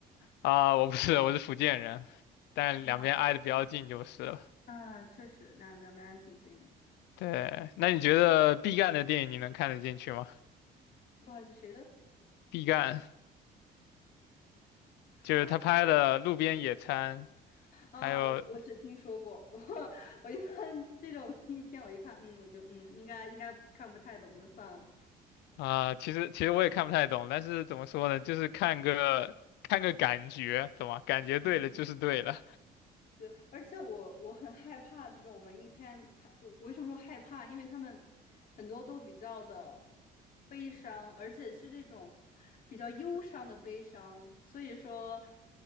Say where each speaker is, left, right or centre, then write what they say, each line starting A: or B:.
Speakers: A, on the left; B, on the left.
A: 啊，我不是，我是福建人，但两边挨得比较近就是了。
B: 哦，嗯，确实，两两边挺近的
A: 对，那你觉得毕赣的电影你能看得进去吗？
B: 不好意思，谁的？
A: 毕赣就是他拍的《路边野餐》，
B: 他哦，
A: 还有
B: 我我只听说过。<laughs> 我我一般这种 <laughs> 影片，我一看，嗯，我就嗯，应该应该看不太懂，就算了。
A: 啊、其实其实我也看不太懂，但是怎么说呢，就是看个看个感觉，懂吗？感觉对了就是对了。
B: 嗯对，而且我我很害怕这种文艺片，它我我为什么说害怕？因为他们很多都比较的悲伤，而且是那种比较忧伤的悲伤，所以说